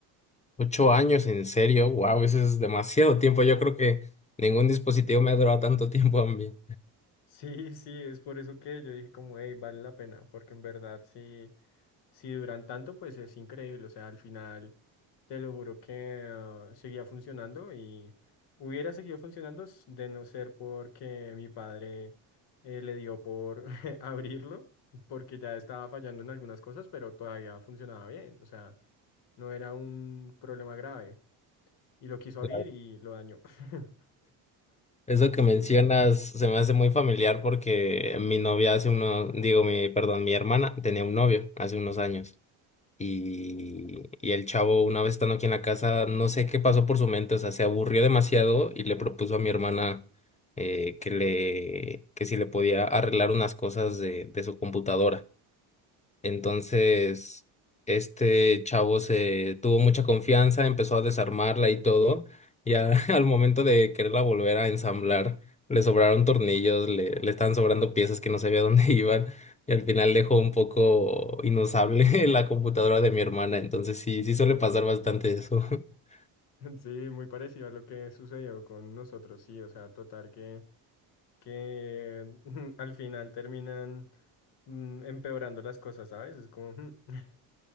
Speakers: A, on the left; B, on the left.
A: Ocho años, en serio, wow, eso es demasiado tiempo. Yo creo que ningún dispositivo me ha durado tanto <laughs> tiempo a mí.
B: Sí, sí, es por eso que yo dije como, hey, vale la pena, porque en verdad sí, si duran tanto, pues es increíble, o sea, al final, te lo juro que ah, seguía funcionando y hubiera seguido funcionando s- de no ser porque mi padre eh, le dio por <laughs> abrirlo, porque ya estaba fallando en algunas cosas, pero todavía funcionaba bien, o sea, no era un problema grave y lo quiso abrir
A: Claro.
B: y lo dañó. <laughs>
A: Eso
B: Sí.
A: que mencionas se me hace muy familiar porque mi novia hace unos, digo, mi, perdón, mi hermana tenía un novio hace unos años y, y el chavo una vez estando aquí en la casa, no sé qué pasó por su mente, o sea, se aburrió demasiado y le propuso a mi hermana eh, que le, que si le podía arreglar unas cosas de, de su computadora. Entonces, este chavo se tuvo mucha confianza, empezó a desarmarla y todo, y a- <laughs> al momento de quererla volver a ensamblar, le sobraron tornillos, le, le estaban sobrando piezas que no sabía <laughs> dónde iban, y al final dejó un poco inusable <laughs> la computadora de mi hermana, entonces sí, sí suele pasar bastante eso. <laughs>
B: <laughs> Sí, muy parecido a lo que sucedió con nosotros, sí, o sea, total que, que <laughs> al final terminan mm, empeorando las cosas, ¿sabes? Es como, mm, <laughs>